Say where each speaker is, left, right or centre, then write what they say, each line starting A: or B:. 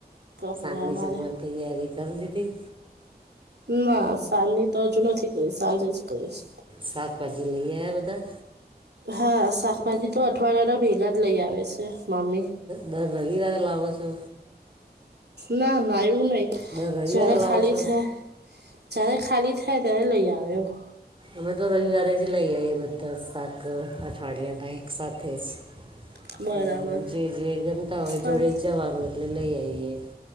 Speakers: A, on the right (about 85°); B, on the right (about 30°).
A: કપડા
B: સાંજ
A: અમારે
B: જમવાની તૈયારી કરી દીધી.
A: ના સાંજની તો હજુ નથી કરીશ સાંજે જ કરીશ.
B: શાકભાજી લઈ આ બધા?
A: હા, શાકભાજી તો અઠવાડિયાના ભેગા જ લઈ આવે છે મમ્મી.
B: દર રવિવારે લાવો છો?
A: ના ના એવું નહીં,
B: દર રવિવારે
A: જ્યારે
B: લાવો
A: ખાલી
B: છો
A: છે. જ્યારે ખાલી થાય ત્યારે લઈ આવે એવું.
B: અમે તો રવિવારે જ લઈ આવીઈ એ બધા સાાક અઠવાડિયામાં એક સાથે જ.
A: <inaudible>
B: હું,
A: બરાબર
B: હું જે જે ગમતા હોય
A: પણ
B: જોડે જ જવાનું એટલે લઈ આઈએ.